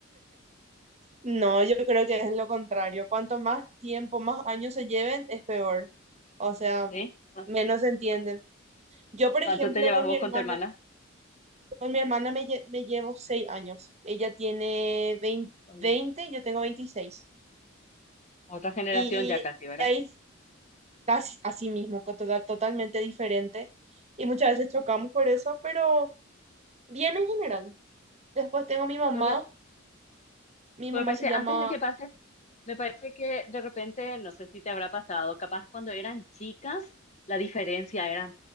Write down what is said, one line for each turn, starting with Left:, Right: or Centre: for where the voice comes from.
Right: No, yo creo que es lo contrario. Cuanto más tiempo, más años se lleven, es peor. O sea,
Left: ¿sí? ¿Cu-
Right: menos se entienden. Yo, por
Left: ¿Cuánto
Right: ejemplo,
Left: te llevas
Right: con
Left: vos
Right: mi hermana,
Left: con tu hermana?
Right: con mi hermana me, lle- me llevo seis años. Ella tiene veinte
Left: Ah.
Right: veinte yo tengo veintiséis
Left: Otra generación
Right: Y
Left: ya casi, ¿verdad?
Right: ahí casi así mismo, con total- totalmente diferente. Y muchas veces chocamos por eso, pero bien en general. Después tengo mi mamá.
Left: Bueno,
Right: Mi
Left: pues
Right: mamá
Left: me parece,
Right: se llama...
Left: antes de que pase, me parece que de repente, no sé si te habrá pasado, capaz cuando eran chicas la diferencia era